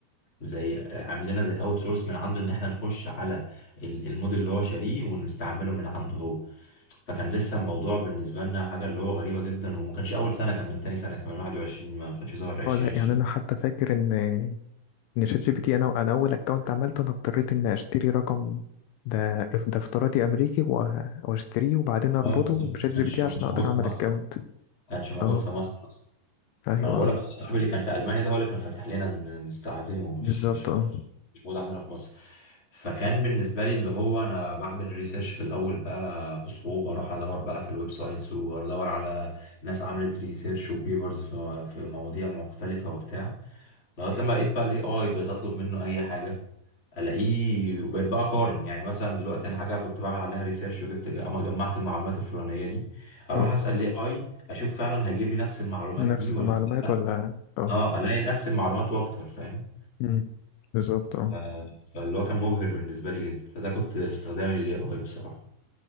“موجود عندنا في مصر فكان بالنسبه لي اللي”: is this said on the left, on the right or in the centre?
Left